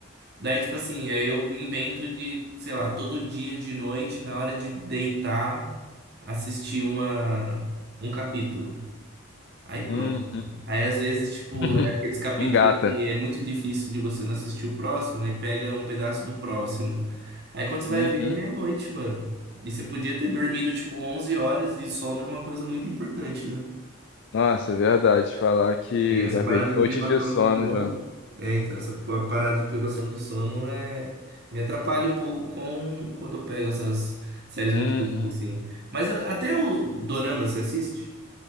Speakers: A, on the right; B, on the left.
A: Daí, tipo assim, aí eu invento de, sei lá, todo dia de noite, na hora de deitar, assistir uma, um capítulo. Aí pronto,
B: uhum.
A: mano. Aí às vezes, tipo,
B: <laughs>
A: é aqueles capítulos
B: Engata.
A: que é muito difícil de você não assistir o próximo, aí pega um pedaço do próximo. Aí quando você vai
B: Uhum.
A: ver, é meia-noite, mano. E você podia ter dormido, tipo, 11 horas e sono é uma coisa muito importante, né?
B: Nossa, é verdade. Falar que
A: E essa
B: já
A: parada
B: perdi
A: de
B: noite
A: privação
B: de sono
A: de sono.
B: já.
A: É, então, essa pa- parada de privação de sono é... me atrapalha um pouco com quando eu pego essas séries
B: Uhum.
A: muito grandes, assim. Mas a- até o Dorama, você assiste?